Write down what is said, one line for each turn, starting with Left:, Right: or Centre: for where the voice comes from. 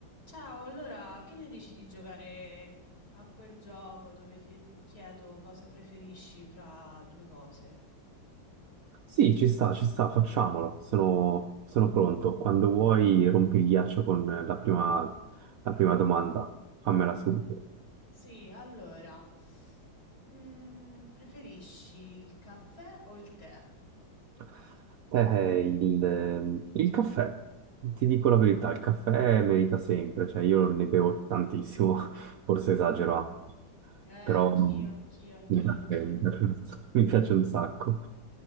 Left: Ciao, allora che ne dici di giocare a quel gioco dove ti chiedo cosa preferisci fra due cose?
Right: Sì, ci sta, ci sta, facciamolo. Sono, sono pronto. Quando vuoi rompi il ghiaccio con la prima, la prima domanda. Fammela
Left: Mhm.
Right: subito.
Left: Sì, allora, mm, preferisci il caffè o il tè?
Right: Eh, eh, il, ehm, il caffè. Ti dico la verità, il caffè merita sempre, cioè io ne bevo tantissimo, <laughs> forse esagero
Left: Mhm.
Right: anche,
Left: Eh,
Right: però
Left: anch'io,
Right: mm,
Left: anch'io, anch'io,
Right: mi piace,
Left: anch'io.
Right: <laughs> mi piace un sacco.